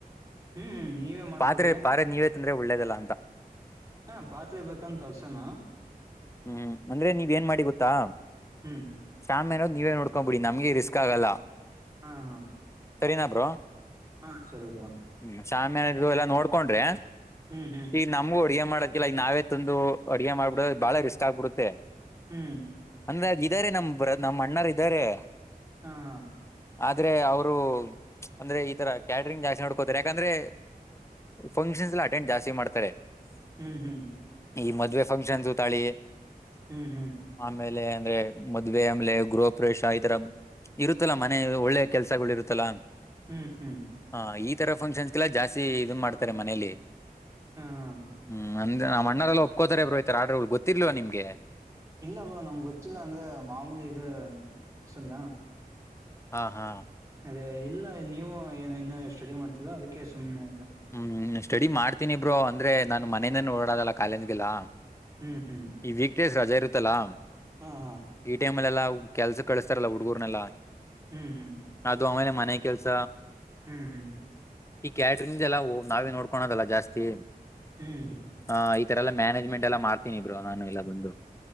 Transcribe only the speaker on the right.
ಹ್ಮ್ ನೀವೇ ಮಾಡ್ಕೊಡಿ
ಹಾ ಪಾತ್ರೆ ಬೇಕಂತ ತರ್ಸಣ.
ಹ್ಮ್
ಹಾ ಹಾ
ಹಾ ಸರಿ ಬ್ರೋ
ಹ್ಮ್ ಹ್ಮ್
ಹ್ಮ್
ಹಾ ಹಾ
ಹ್ಮ್ ಹ್ಮ್
ಹ್ಮ್ ಹ್ಮ್
ಹ್ಮ್ ಹ್ಮ್
ಹಾ ಹಾ
ಇಲ್ಲ ಬ್ರೋ ನಮ್ಗೆ ಗೊತ್ತಿಲ್ಲ ಅಂದ್ರೆ ಮಾಮೂಲಿ ಇದೇ <unintelligible>
ಅದೇ ಇಲ್ಲ ನೀವು ಏ ಇನ್ನು ಸ್ಟಡಿ ಮಾಡ್ತೀರ ಅದಕ್ಕೆ ಸುಮ್ಮ್ನೆ
ಹ್ಮ್ ಹ್ಮ್
ಹಾ ಹಾ
ಹ್ಮ್ ಹ್ಮ್
ಹ್ಮ್ ಹ್ಮ್
ಹ್ಮ್